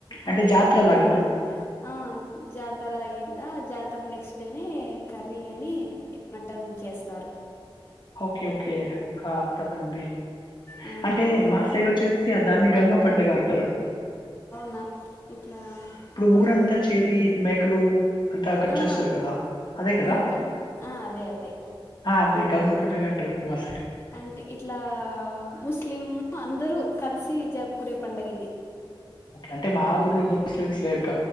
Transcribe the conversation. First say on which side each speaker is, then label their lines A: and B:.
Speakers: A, on the left; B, on the left.
A: అ
B: అంటే
A: పీర్ల
B: జాతర
A: పండక్
B: లాగానా?
A: ఆ జాతర అయ్యిందా జాతర్ నెక్స్ట్ డేనే కర్రీ అనీ మటన్ చేస్తారు
B: ఓకే ఓకే ఆ అర్ధం అయింది
A: ఆ,
B: అంటే
A: అలా
B: మా సైడ్ వచ్చేసీ దాన్ని గంగ పండగ అంటరు
A: న ఇట్లా అవును
B: ఊరంత చేరీ మేకలు అంతా అకర్చొస్తది
A: ఆ,
B: కదా అదే కదా
A: ఆ, కట్ ఆ, అదే అదే
B: ఆ అదే గంగ కు పండగ అంటరు మరుసటి
A: అంటే ఇట్లా ముస్లిం అందరూ కలిసి జరుపుకునే పండుగ ఇది
B: ఓకే అంటే మా ఊర్లో ముస్లిమ్స్ లేరుక